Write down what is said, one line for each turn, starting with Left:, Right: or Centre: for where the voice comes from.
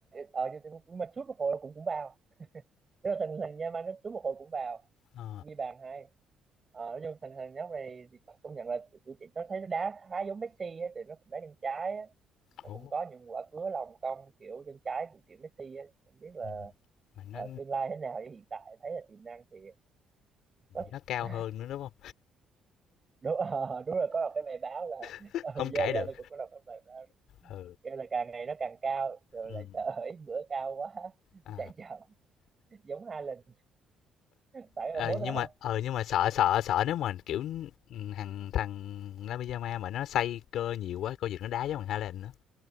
Right: ở nhưng mà sút một hồi cũng cũng vào tức là thằng thằng Yamal nó sút một hồi cũng vào
Left: ờ,
Right: ghi bàn hay Ờ, nói chung thằng thằng nhóc này thì công nhận là tụi chị nó thấy nó đá khá giống Messi á thì nó cũng đá chân trái á nó
Left: ồ.
Right: cũng có những quả cứa lòng cong kiểu chân trái của kiểu Messi á không biết là
Left: Ừm, mà nó
Right: ờ, tương lai thế nào chứ hiện tại thấy là tiềm năng thì có
Left: nó cao
Right: <laughs>
Left: hơn nữa, đúng không
Right: đúng ờ, đúng rồi có đọc cái bài báo là
Left: <laughs>
Right: ừ
Left: không kể
Right: dạ dạ
Left: được,
Right: <laughs> tôi cũng có đọc cái bài báo
Left: ừ,
Right: kêu là càng ngày nó càng cao rồi
Left: ừm,
Right: lại sợ <laughs> ít bữa cao quá <laughs> nó
Left: à,
Right: chạy chậm giống hai lần phải
Left: ờ,
Right: là bố
Left: nhưng
Right: đó
Left: mà ờ nhưng mà sợ sợ sợ nếu mà, kiểu, ừm, thằng thằng La Pijama mà nó xây cơ nhiều quá, coi chừng nó đá giống thằng Haaland á,